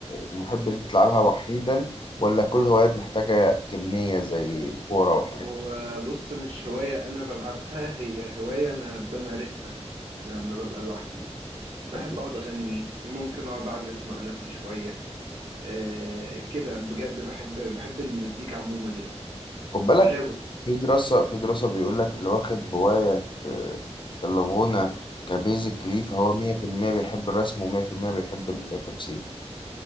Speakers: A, on the left; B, on the right.
A: محب ان انت تلعبها وحيدا ولا كل هوايات محتاجة كمية زي الكورة والحاجات
B: فهو
A: دي
B: بص مش هواية أنا بلعبها هي هواية أنا بمارسها لما ببقى لوحدي بحب
A: يعني
B: اقعد اغني ممكن اقعد اعزف مع نفسي شويه آه كده بجد بحب بحب المزيكا عموما يعني
A: خد بالك
B: غاوي
A: في دراسة في دراسة بيقول لك اللي واخد هواية آه، الغنى كبيزك ليه فهو 100% بيحب الرسم و100% بيحب التمثيل